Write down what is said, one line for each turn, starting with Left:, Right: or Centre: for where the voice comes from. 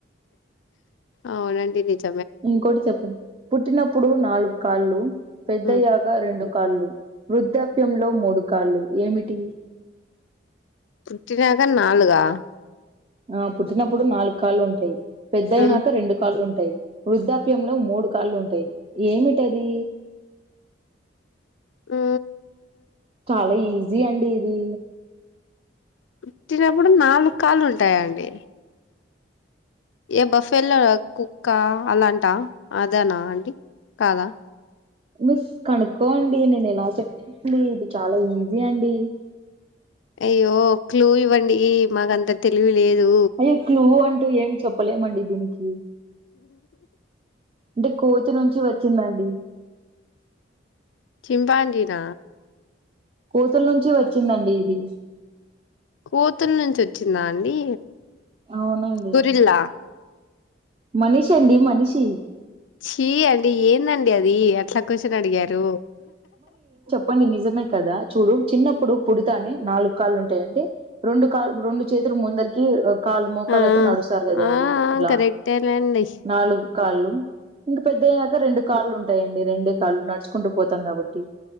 Left: అవునండి నిజ
Right: ఇంకోటి చెప్పండి పుట్టినప్పుడు నాలుగు కాళ్ళు పెద్దయ
Left: ఉ
Right: ఆ రెండు కాళ్లు వృద్ధాప్యంలో మూడు కాళ్ళు ఏమిటి
Left: పుట్టినాక నాలుగా
Right: ఆ పుట్టినప్పుడు నాలుగు కాళ్ళు ఉంటాయి పెద్దయినాక
Left: ఉమ్
Right: రెండు కాళ్ళు ఉంటాయి వృద్ధాప్యం లో మూడు కాళ్ళు ఉంటాయి ఏమిటి అది
Left: <unintelligible> ఆ
Right: చాలా ఈజీ అండి ఇది
Left: పుట్టినప్పుడు నాలుగు కాళ్ళు ఉంటాయ అండి ఏ బఫెలో కుక్క అలాంటా అదేనా అండి కాదా
Right: మీరు కనుక్కోండి నేను ఎలా చెప్పాండి <unintelligible> ఇది చాలా ఈజీ అండి
Left: అయ్యో క్లూ ఇవ్వండి మాకంత తెలివి లేదు
Right: అయ్యో క్లూ అంటూ ఏం చెప్పలేమండి దీనికి అంటే కోతి నుంచి వచ్చిందండి
Left: చింపాంజిన
Right: కోతుల నుంచి వచ్చిందండి ఇది
Left: కోతుల నుంచి వచ్చిందా అండి
Right: అవునండి
Left: గొరిల్లా
Right: మనిషి అండి మనిషి
Left: చీ అండి ఏందండి అది అట్లా క్యూషన్ అడిగారు
Right: పోని నిజమే కదా చూడు చిన్నప్పుడు పుడతానే నాలుగు కాళ్ళు ఉంటాయండి రెండు కాల్ రెండు చేతులు ముందరికి కాలు మోకాలు
Left: ఆ
Right: నడుస్తారు కదండి
Left: ఆ ఆ
Right: ఇలా
Left: కరెక్టేనండి
Right: నాలుగు కాళ్ళు ఇంక పెద్దయ్యాక రెండు కాళ్ళు ఉంటాయండి రెండే కాళ్ళు నట్ కుంటూ పోతాం కాబట్టి